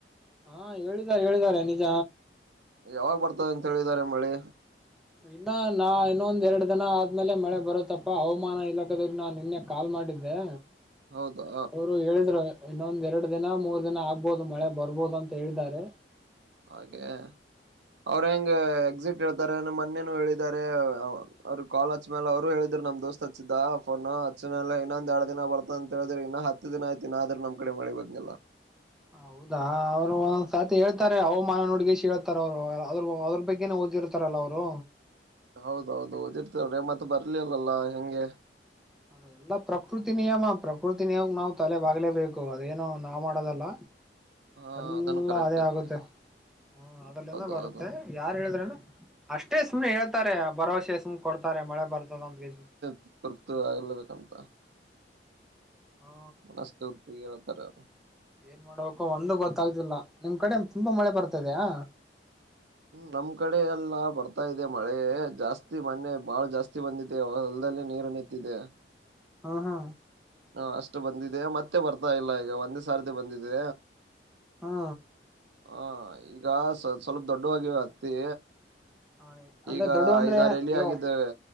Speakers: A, in the centre; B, on the right (about 70°).
A: ಹಾ ಹೇಳಿದ್ದಾರೆ ಹೇಳಿದ್ದಾರೆ ನಿಜ
B: ಯಾವಾಗ ಬರ್ತದ ಅಂತ ಹೇಳಿದ್ದಾರೆ ಮಳಿ
A: ಇನ್ನ ನಾ ಇನ್ನೊಂದ್ ಎರಡ್ ದಿನ ಆದ್ಮೇಲೆ ಮಳೆ ಬರುತ್ತಪ್ಪಾ ಹವಾಮಾನ ಇಲಾಖೆ ನಾನ್ ನಿನ್ನೆ ಕಾಲ್ ಮಾಡಿದ್ದೆ
B: ಹೌದಾ
A: ಅವರು ಹೇಳಿದ್ರು ಇನ್ನೊಂದ್ ಎರಡು ದಿನ ಮೂರ್ ದಿನ ಆಗ್ಬೋದು ಮಳೆ ಬರ್ಬೋದು ಅಂತ ಹೇಳಿದ್ದಾರೆ
B: ಹಾಗೆ ಅವ್ರ ಹೆಂಗ ಎಕ್ಸಿಟ್ ಹೇಳ್ತಾರೆ ಅ ಮೊನ್ನೇನು ಹೇಳಿದಿದ್ದಾರೆ ಅವ್ರ <unintelligible> ಮೇಲೆ ಅವರು ಹೇಳಿದ್ ನಮ್ ದೋಸ್ತ್ ಹಚ್ಚಿದ್ದ ಫೋನ್ ಅಚ್ ಮೇಲೆ ಇನ್ನೊಂದ ಎರಡು ದಿನ ಬರ್ತ ಅಂತ ಹೇಳಿದ್ರಿ ಇನ್ನ ಹತ್ ಹತ್ತು ದಿನ ಆಯ್ತು ಆದ್ರ ನಮ್ ಕಡೆ ಮಳಿ ಬಂದಿಲ್ಲ
A: ಹೌದಾ ಅವ್ರು ಒಂದೊಂದ್ಸತಿ ಹೇಳ್ತಾರೆ ಹವಾಮಾನ ನುಡ್ಗ ಹೇಳ್ತಾರೆ ಅವ್ರು ಅದ್ರ ಅದ್ರ ಬಗ್ಗೆನೆ ಓದಿರುತ್ತ ತರಲ್ಲ ಅವರು
B: ಹೌದೌದು ಓದಿರ್ತವ್ರೆ ಮತ್ತೆ ಬರ್ಲಿಲ್ಲಲ್ಲಾ ಹೆಂಗೆ
A: ಅದ ಎಲ್ಲಾ ಪ್ರಕೃತಿ ನಿಯಮ ಪ್ರಕೃತಿ ನಿಯಮ ನಾವ್ ತಲೆ ಬಾಗಲೇಬೇಕು ಅದೇನ ನಾವ್ ಮಾಡೋದಲ್ಲ
B: ಹಾ
A: ಎಲ್ಲಾ
B: ಅದನ್ನು ಕರೆಕ್ಟ್
A: ಅದೇ
B: ಐತೆ
A: ಆಗುತ್ತೆ ಹ ಅದರಲ್ಲಿಂದ
B: ಹೌದೌದು
A: ಬರುತ್ತೆ ಯಾರು ಹೇಳಿದ್ರನ ಅಷ್ಟೇ ಸುಮ್ನೆ ಹೇಳ್ತಾರೆ ಭರವಸೆ ಸುಮ್ ಕೊಡ್ತಾರೆ ಮಳೆ ಬರ್ತದ ಅಂತ ಹೇಳಿ
B: <unintelligible> ಆಗಲೇಬೇಕಂತ
A: ಹಾ
B: ಮಸ್ತ <unintelligible>
A: ಏನ್ ಮಾಡಬೇಕ ಒಂದು ಗೊತ್ತಾಯ್ತಿಲ್ಲ ನಿಮ್ ಕಡೆ ತುಂಬಾ ಮಳೆ ಬರ್ತದೆಯಾ
B: ನಮ್ ಕಡೆ ಎಲ್ಲಾ ಬರ್ತಾ ಇದೆ ಮಳೆ ಜಾಸ್ತಿ ಮನ್ನೆ ಬಾಳ ಜಾಸ್ತಿ ಬಂದಿದೆ ಹೊಲದಲ್ಲಿ ನೀರು ನಿಂತಿದೆ
A: ಹಾ ಹಾ
B: ಹಾ ಅಷ್ಟು ಬಂದಿದೆ ಮತ್ತೆ ಬರ್ತಾ ಇಲ್ಲ ಈಗ ಒಂದೇ <unintelligible> ಬಂದಿದೆ
A: ಹಾ
B: ಹ ಈಗ ಸ್ವಲ್ಪ ಸ್ವಲ್ಪ ದೊಡ್ಡವುಆಗ್ಯಾವ ಅತ್ತಿ
A: <unintelligible>
B: ಈಗ
A: ಅಂದ್ರೆ
B: ಐದಾರ <unintelligible>
A: ಇವ
B: ಆಗಿದ್ದೇವೆ